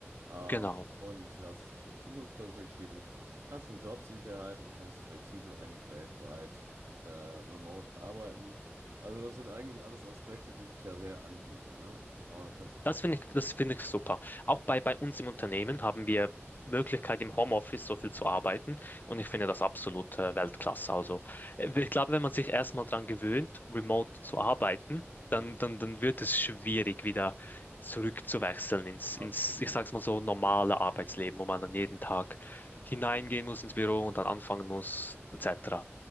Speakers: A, on the right; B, on the left.
A: ähm,
B: genau.
A: und hast Zukunftsperspektiven, hast eine Jobsicherheit und kannst flexibel eigentlich weltweit äh, remote arbeiten. Also das sind eigentlich alles Aspekte, die sich ja sehr anbieten. Ne? Aber du kannst
B: Das
A: auch,
B: finde ich, das finde ich super. Auch bei, bei uns im Unternehmen haben wir Möglichkeit, im Homeoffice so viel zu arbeiten. Und ich finde das absolut äh, Weltklasse. Also, äh, ich glaube, wenn man sich erstmal daran gewöhnt, remote zu arbeiten,
A: mhm.
B: dann, dann, dann wird es schwierig, wieder zurückzuwechseln ins,
A: Absolut,
B: ins, ich sag's mal so, normale Arbeitsleben, wo man dann jeden Tag hineingehen muss ins Büro und dann anfangen muss, etc.